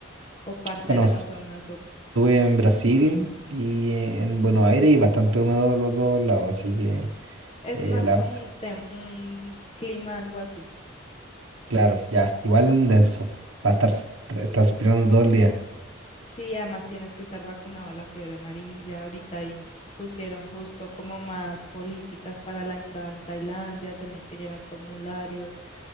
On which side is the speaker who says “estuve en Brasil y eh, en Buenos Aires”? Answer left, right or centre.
Right